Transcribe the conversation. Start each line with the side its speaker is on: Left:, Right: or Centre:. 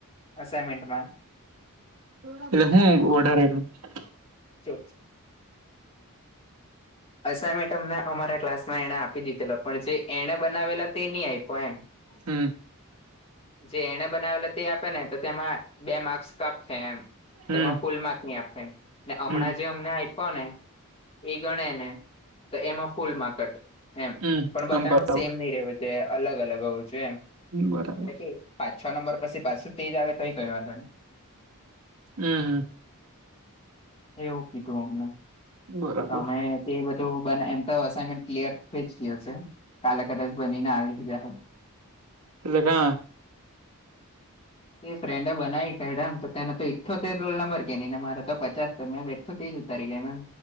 Left: અસાઈમેન્ટમાં.
Right: એટલે હું વધઢારે એટ.
Left: ચો અર્સા મેડમે ને અમારા ક્લાસમાં એણે આપી દીધેલો પણ જે એણે બનાવેલા તે નહી આયપો એમ.
Right: હમ્મ.
Left: જે એને બનાવેલો તે આપે ને તો તેમાં બે માર્સ કાપસે એમ.
Right: હમ
Left: તેમાં ફૂલ માર્કની આપે એમ ને હમણાં
Right: હમ
Left: જે અમને આયપો ને. એ ગણે ને તો એમાં ફૂલ માર્કટ એમ
Right: હમ
Left: પણ બધાનું
Right: આમ બરાબર
Left: સેમ નહી રહેવું તે અલગ અલગ હોવું જોએ એમ
Right: બરાબર
Left: એટલે કે. પાંચ છ નંબર પછી પાછું તેજ આવે પહી કરવાન
Right: હમ્મ હમ્મ
Left: એવું કીધું અમને.
Right: બરાબર
Left: અમે તે બધું બના એમ તો અસાનમેન્ટ ક્લિયર થઈ જ ગ્યું હશે. કાલે કદાચ બનીને આવી જાહ
Right: એ <unintelligible>
Left: એ ફ્રેન્ડે બનાવી ખમ તો તેને તો ઈઠોતેર રોલ નંબર કે ન ને મારે તો પચાસ તો મેં બે તો તે જ ઉતારી લે મેમ.